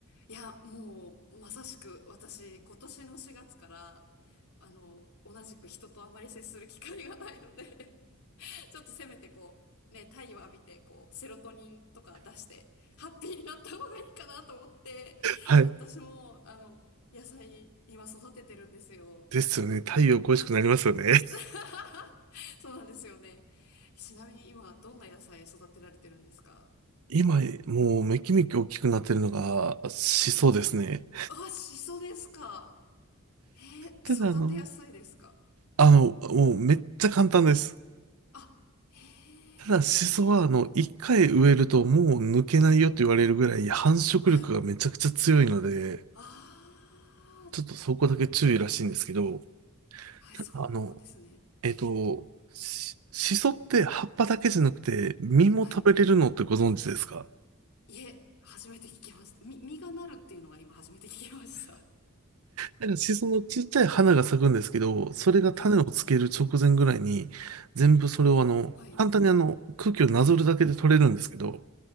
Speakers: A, on the left; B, on the right.
A: いや、もう、まさしく、私、今年の4月から、あの、同じく人とあまり接する機会がないので <laughs> ちょっとせめてこう、ね、太陽浴びて、こう、セロトニンとか出して、ハッピーになった方がいいかなと思って、
B: はい。
A: 私も、あの、野菜、今育ててるんですよ。
B: ですよね。太陽恋しくなりますよね。
A: はい。<laughs> そうなんですよね。ちなみに今、どんな野菜育てられてるんですか
B: 今、もうめきめき大きくなってるのが、シソですね。
A: はい。あ、シソですか。へえ、
B: ただ、
A: 育てやすいですか
B: あの、あの、もうめっちゃ簡単です。
A: あ、へえ。
B: ただ、シソは、あの、一回植えるともう抜けないよと言われるぐらい繁殖力がめちゃくちゃ強いので、
A: はい。あー
B: ちょっとそこだけ注意らしいんですけど、
A: はい、そんななんですね。
B: あの、えっと、シしって葉っぱだけじゃなくて、実も食べれるのってご存知ですか
A: はい。いえ、初めて聞きました。み、実がなるっていうのが今初めて聞きました。
B: なんか、シソのちっちゃい花が咲くんですけど、それが種をつける直前ぐらいに、
A: はい。
B: 全部それをあの、
A: はい。
B: 簡単にあの、空気をなぞるだけで取れるんですけど、